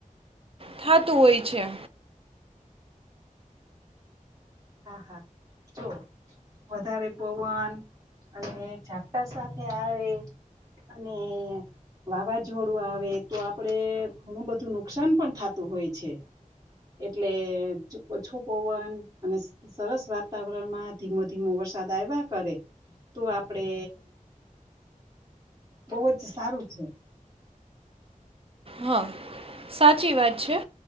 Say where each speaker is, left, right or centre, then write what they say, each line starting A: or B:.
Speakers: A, on the right; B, on the right.
A: થાતુ હોય છે.
B: હા હા જો વધારે પવન અને ઝાપટા સાથે આવે અને વાવાઝોડું આવે તો આપડે ઘણું બધું નુકસાન પણ થતું હોય છે, એટલે ઓછો પવન, અને સરસ વાતાવરણમાં ધીમો ધીમો વરસાદ આવ્યા કરે, તો આપડે બહુ જ સારું છે.
A: હા. સાચી વાત છે,